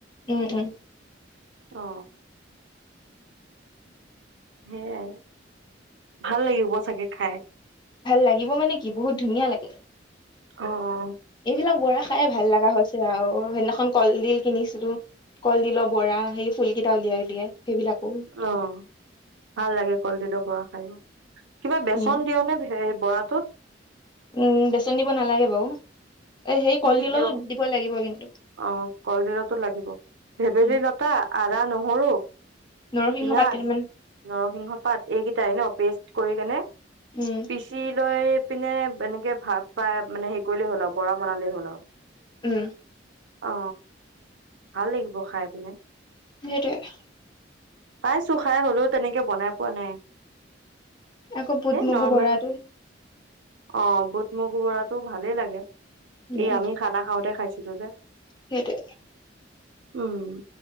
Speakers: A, on the left; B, on the right.
A: উম উম
B: অ সেয়া, ভাল লাগিব চাগে খাই?
A: ভাল লাগিব মানে কি? বহুত ধুনীয়া লাগে।
B: অ-অ
A: এইবিলাক বৰা খাই ভাল লগা হৈছে আউ। সেইদিনাখন কলদিল কিনিছিলো। কলডিলৰ বৰা, সেই ফুলকেইটা উলিয়াই উলিয়াই সেইবিলাকো
B: অ ভাল লাগে, কলডিলৰ বৰা খায়। কিবা বেচন
A: উম
B: দিয়নে হে বৰাটোত?
A: উম বেচন দিব নালাগে বাৰু এ সেই
B: কি
A: কলডিলতো
B: কি দিয়
A: দিব লাগিব কিন্তু।
B: অ কলডিলতো লাগিব, ভেবেলী
A: উম
B: লতা আদা- নহৰু।
A: নৰসিংহ
B: পিয়াজ,
A: পাত কেইটামান
B: নৰসিংহ পাত এইকেইটাই ন? পেষ্ট কৰি কেনে
A: উম
B: পিচি লৈ পিনে এনেকে ভাত ফাই মানে হেৰি কৰিলে হ'ল আৰু বৰা বনালে হ'ল আউ
A: উম
B: অ, অ ভাল লাগিব খাই পিনে।
A: সেইটোৱে
B: পাইছো খাই হলেও তেনেকে বনাই পোৱা নাই।
A: আকৌ বুট,
B: সেই
A: মগু
B: নৰ্মেল
A: বৰাটো
B: অ বুট, মগু বৰাটো ভালেই লাগে।
A: উম
B: এই আমি খানা খাওঁতে খাইছো। <unintelligible>
A: সেইটোৱে
B: উম